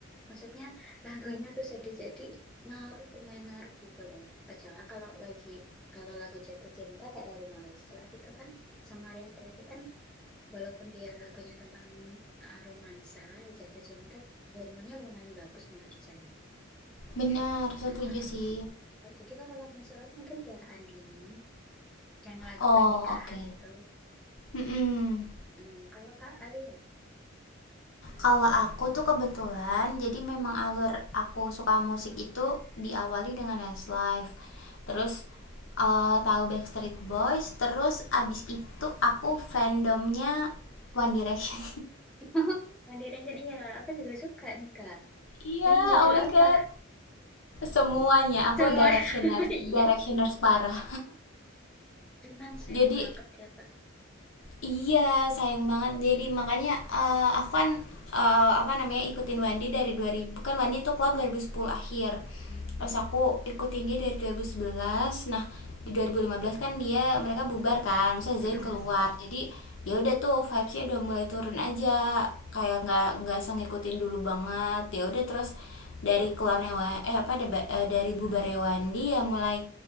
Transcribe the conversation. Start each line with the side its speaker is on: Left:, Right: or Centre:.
Centre: Maksudnya lagunya tuh sedih jadi ngaruh lumayan ngaruh gitu loh. Kecuali kalau lagi kalau lagu jatuh cinta kayak lagunya Wesla gitu kan sama Maria Carey kan walaupun dia lagunya tentang ah, romansa jatuh cinta hormonnya lumayan bagus menurut saya.
Left: benar
Centre: Jadi,
Left: setuju
Centre: uh-uh.
Left: sih
Centre: Jadi kalau lagu Wesla kan mungkin Tiara Andini yang lagu
Left: oh
Centre: pernikahan
Left: oke Okay.
Centre: itu.
Left: Mm-mm.
Centre: Hmm, kalau Kak Ali ya.
Left: Kalau aku tuh kebetulan, jadi memang alur aku suka musik itu diawali dengan Westlife. Terus eh, tahu Backstreet Boys, terus abis itu aku fandomnya One Direction.
Centre: <laughs> One Direction iya aku juga suka nih Kak.
Left: Iya,
Centre: Yang
Left: <laughs> yeah,
Centre: judul
Left: oh my
Centre: apa?
Left: god. Semuanya aku
Centre: Semua.
Left: directioners,
Centre: <laughs> Iya.
Left: directioners parah.
Centre: Cuman sayang
Left: <laughs> Jadi
Centre: banget ya, Kak.
Left: Iya, sayang banget. Jadi makanya eh, aku kan eh, apa namanya ikutin Wandi dari dua ribu kan Wandi itu keluar 2010 akhir.
Centre: Mm-mm.
Left: Terus aku ikutin dia dari dua ribu sebelas Nah, di 2015 kan dia mereka bubar kan, masa
Centre: Mm-mm.
Left: Zain keluar. Jadi ya udah tuh vibesnya udah mulai turun aja. Kayak nggak nggak se ngikutin dulu banget. Ya udah terus dari keluarnya Wa- eh apa deba- eh, dari bubarnya Wandi ya mulai